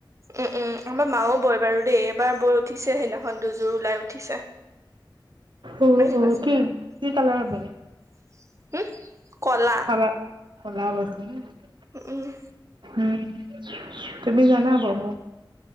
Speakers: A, on the right (about 40°); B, on the right (about 70°).
A: উম-উম, আমাৰ মাও বয় বাৰু দেই এবাৰ বৈ উঠিছে হে ন ভন্দুযোৰ ওলাই উঠিছে,
B: অ'
A: মেখেলা
B: অ'
A: চাদৰ
B: কি
A: হম,
B: কি কালাৰ বলে?
A: কলা।
B: ফালা <unintelligible>
A: উম।
B: উম, তুমি জানা বব।